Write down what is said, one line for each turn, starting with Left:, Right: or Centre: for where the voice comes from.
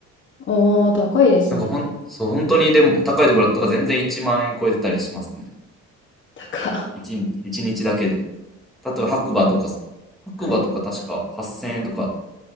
Left: おー、高いですね。
Centre: なんかほん、そう、本当にでも高いところだったら全然1万円超えてたりしますね。
Left: 高。
Centre: 1日、一日だけで。例えば白馬とか、
Left: <laughs> え
Centre: 白馬とか確か8000円とか、
Left: はい。